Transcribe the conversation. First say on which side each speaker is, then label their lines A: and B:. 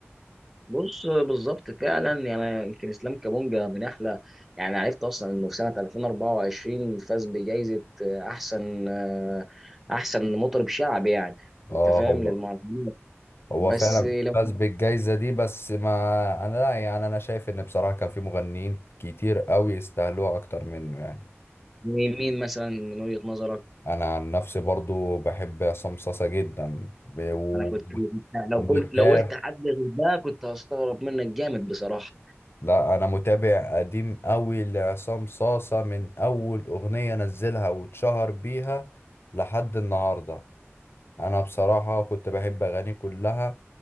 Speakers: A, in the centre; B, on the left.
A: بص آه، بالظبط فعلا يعني يمكن اسلام كابونجا من احلى يعني عرفت اصلا انه في سنه 2024 فاز بجائزه آه، احسن آه، احسن مطرب شعبي يعني
B: اه
A: انت فاهم
B: هو
A: للمهرجان
B: هو
A: بس
B: فعلا
A: لو
B: فاز بالجايزة دي بس ما انا لا يعني انا شايف ان بصراحة كان في مغنيين كتير قوي يستاهلوها اكتر منه يعني
A: مين مين مثلا من وجهة نظرك
B: انا عن نفسي برضو بحب عصام صاصا جدا ب- و-
A: انا كنت <laughs> لو
B: ومتابع
A: قلت لو قلت حد غير ده كنت هستغرب منك جامد بصراحة
B: لا انا متابع قديم قوي لعصام صاصا من اول اغنية نزلها واتشهر بيها لحد النهاردة انا بصراحة كنت بحب اغاني كلها